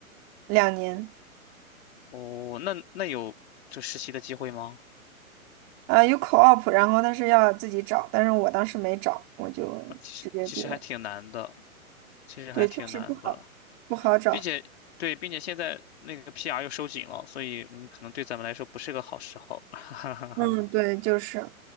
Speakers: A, on the right; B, on the left.
A: 两年，
B: 哦，那那有这实习的机会吗？
A: 啊有 co-op，然后但是要自己找，但是我当时没找，我就直接毕业，
B: 啊，其实其实还挺难的，其实还挺难的，
A: 对，确实不好，不好找。
B: 并且对，并且现在那个 PR 又收紧了，所以嗯，可能对咱们来说不是个好时候。<laughs>
A: 嗯，对，就是，